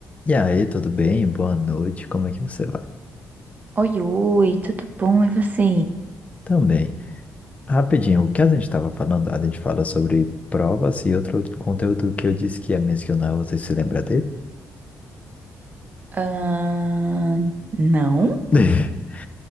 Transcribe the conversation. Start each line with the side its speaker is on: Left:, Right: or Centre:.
Left: E aí, tudo bem? Boa noite, como é que você vai?
Right: Oi, oi, tudo bom? E você?
Left: Também. Rapidinho, o que a gente estava falando? A gente fala sobre provas e outro conteúdo que eu disse que ia mencionar, você se lembra dele?
Right: Ah, não?
Left: <laughs>